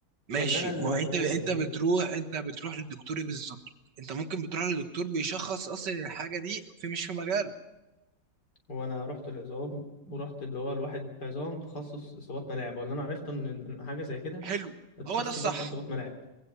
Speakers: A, on the right (about 70°); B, on the left (about 65°).
A: ماشي
B: ولا انا اللي
A: ما
B: ملعون
A: هو انت انت
B: ولا ايه
A: بتروح انت بتروح للدكتور إيه بالظبط انت ممكن بتروح للدكتور بيشخص اصلا الحاجه دي في مش في مجاله
B: وانا رحت العظام ورحت اللي هو الواحد عظام تخصص اصابات ملاعب ولا انا عرفت ان إن حاجه زي كده
A: حلو
B: التخصص
A: هو ده الصح
B: يبقى اسمه اصابات ملاعب